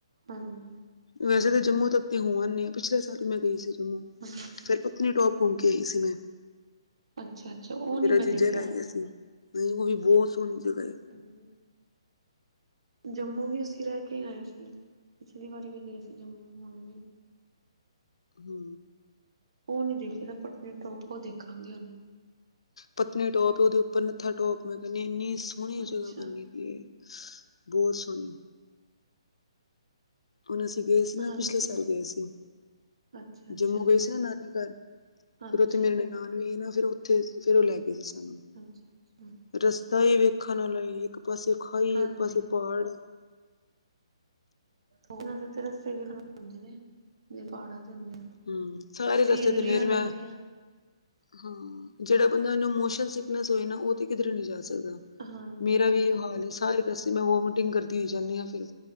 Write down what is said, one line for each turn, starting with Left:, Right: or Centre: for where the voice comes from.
Right: ਹਾਂਜੀ।
Left: ਵੈਸੇ ਤਾਂ ਜੰਮੂ ਤੱਕ ਤੇ ਹੋਣ ਆਨੇ ਆ, ਪਿਛਲੇ ਸਾਲ ਮੈਂ ਗਈ ਸੀ ਜੰਮੂ।
Right: ਹਾਂਜੀ
Left: ਫੇਰ ਪਤਨੀਟੋਪ ਘੁੰਮ ਕੇ ਆਈ ਸੀ, ਮੈਂ
Right: ਅੱਛਾ ਅੱਛਾ ਉਹ
Left: ਮੇਰਾ
Right: ਨੀ ਮੈਂ
Left: ਜੀਜਾ
Right: ਦੇਖਿਆ
Left: ਲੈ ਗਯਾ ਸੀ। ਨਈਂ, ਓਵੀ ਬੋਤ ਸੋਣੀ ਜਗ੍ਹਾ ਏ।
Right: ਹੂੰ। ਜੰਮੂ ਵੀ ਅਸੀਂ ਰੈ ਕੇ ਆਏ ਸੀ ਪਿਛਲੀ ਵਾਰੀ ਵੀ ਗਏ ਸੀ, ਜੰਮੂ ਹੁਣ ਵੀ।
Left: ਹੂੰ।
Right: ਓ ਨੀਂ ਦੇਖੇਆ ਦਾ ਪਤਨੀਟੋਪ, ਓ ਦੇਖਾਂਗੇ ਹੋਨ।
Left: ਪਤਨੀਟੋਪ ਓਦੇ ਉਪਰ ਨੱਥਾਟੋਪ, ਮੈਂ ਕੈਂਨੀਆਂ ਏਨੀ ਸੋਣੀ
Right: ਅੱਛਾ
Left: ਜਗ੍ਹਾ ਬਣਨੀ ਦੀ। ਏ ਬੋਤ ਸੋਣੀ। ਹੁਨ ਅਸੀ ਗਏ ਸੀ
Right: ਹਾਂਜੀ,
Left: ਨਾ, ਪਿਛਲੇ ਸਾਲ ਗਏ ਸੀ।
Right: ਅੱਛਾ-ਅੱਛਾ,
Left: ਜੰਮੂ ਗਏ ਸੀ ਨਾ ਨਾਨੀ ਘਰ,
Right: ਅੱਛਾ,
Left: ਫੇਰ ਓਥੇ ਮੇਰੇ ਨਾਨ ਵਯੀ ਨਾ ਫੇਰ ਓਥੇ ਫੇਰ ਓ ਲੈ ਗਏ ਸੀ ਸਾਨੂੰ।
Right: ਅੱਛਾ-ਅੱਛਾ।
Left: ਰਸਤਾ ਏ ਵੇਖਣ ਆਲਾਏ, ਇੱਕ ਪਾਸੇ ਖਾਈ,
Right: ਹਾਂਜੀ,
Left: ਇੱਕ ਪਾਸੇ ਪਾੜ।
Right: ਓਨਾਂ ਦੇ ਰੱਸੇ ਵੀ ਖਤਰਨਾਕ ਹੁੰਦੇ ਨੇ, ਜਿਵੇ ਪਹਾੜਾ ਦੇ ਹੁੰਦੇ ਨੇ।
Left: ਹੂੰ, ਸਾਰੇ
Right: ਸੀਨਰੀਆਂ
Left: ਰਸਤੇ ਤੇ ਫੇਰ
Right: ਲੱਗਦੀਆਂ
Left: ਮੈਂ
Right: ਨੇ।
Left: ਹਾਂ, ਜੇੜਾ ਬੰਦਾ ਮੋਸ਼ਨ ਸਿਕਨੈੱਸ ਹੋਏ ਨਾ ਓਤੇ ਕਿਦਰੇ ਨੀਂ ਜਾ ਸਕਦਾ।
Right: ਹਾਂਜੀ
Left: ਮੇਰਾ
Right: ਐ
Left: ਵੀ ਏਈਓ
Right: ਤੇ ਹੈ,
Left: ਹਾਲ ਏ, ਸਾਰੇ ਰਸਤੇ ਮੈਂ ਵੋਮੀਟਿੰਗ ਕਰਦੀ ਹੋਈ ਜਾਂਨੀ ਆਂ, ਫੇਰ